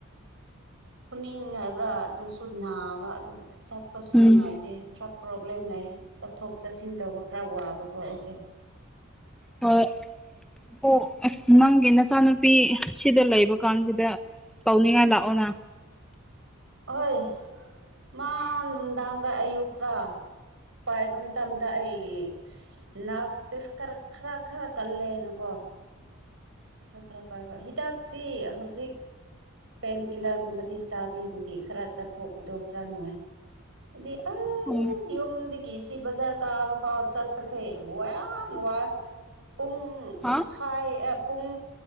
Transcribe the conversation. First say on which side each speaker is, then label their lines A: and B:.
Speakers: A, on the right; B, in the centre.
A: ꯈꯨꯅꯤꯡ ꯍꯥꯏꯕ꯭ꯔꯥ ꯑꯗꯨꯁꯨ ꯅꯥꯕ ꯑꯗꯨꯗ ꯆꯠꯄꯁꯨ
B: ꯎꯝ
A: ꯅꯨꯡꯉꯥꯏꯇꯦ ꯈꯔ ꯄ꯭ꯔꯣꯕ꯭ꯂꯦꯝ ꯂꯩ ꯆꯠꯊꯣꯛ ꯆꯠꯁꯤꯟ ꯇꯧꯕ ꯈꯔ ꯋꯥꯕꯀꯣ ꯑꯩꯁꯦ
B: ꯍꯣꯏ ꯑꯗꯣ ꯑꯁ ꯅꯪꯒꯤ ꯅꯆꯥꯅꯨꯄꯤ ꯁꯤꯗ ꯂꯩꯕ ꯀꯥꯟꯁꯤꯗ ꯄꯥꯎꯅꯤꯡꯉ ꯂꯥꯛꯑꯣꯅ
A: ꯍꯣꯏ ꯃꯥ ꯅꯨꯡꯗꯥꯡꯗ ꯑꯌꯨꯛꯀꯥ ꯄꯥꯏꯕ ꯃꯇꯝꯗ ꯑꯩꯒꯤ ꯅꯥꯁꯦ ꯈꯔ ꯈꯔ ꯀꯜꯂꯦꯅꯀꯣ ꯋꯥ ꯑꯗ ꯈꯔ ꯄꯥꯏꯕ ꯍꯤꯗꯥꯛꯇꯤ ꯍꯧꯖꯤꯛ ꯄꯦꯟꯀꯤꯤꯂꯔꯒꯨꯝꯕꯗꯤ ꯆꯥꯕꯤꯕꯒꯤ ꯈꯔ ꯆꯠꯊꯣꯛꯄꯗꯣ ꯈꯔ ꯅꯨꯡꯉꯥꯏ ꯑꯗꯤ ꯑ
B: ꯎꯝ
A: ꯌꯨꯝꯗꯒꯤ ꯁꯤ ꯕꯖꯥꯔ ꯀꯥꯕ ꯐꯥꯎ ꯆꯠꯄꯁꯦ ꯋꯥ ꯌꯥꯝ ꯋꯥꯏ ꯄꯨꯡ
B: ꯍꯥ
A: ꯃꯈꯥꯏ ꯑꯦꯞ ꯄꯨꯡ